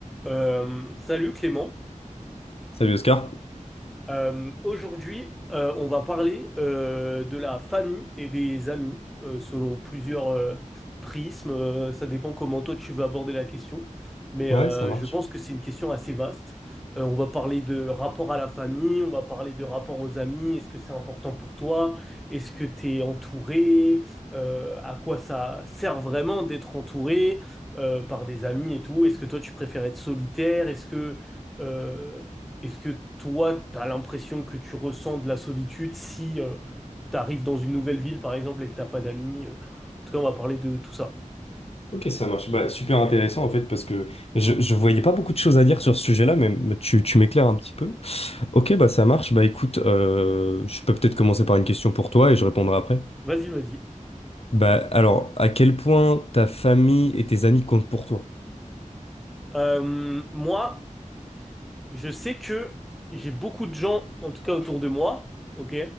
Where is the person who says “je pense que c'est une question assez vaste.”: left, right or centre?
Centre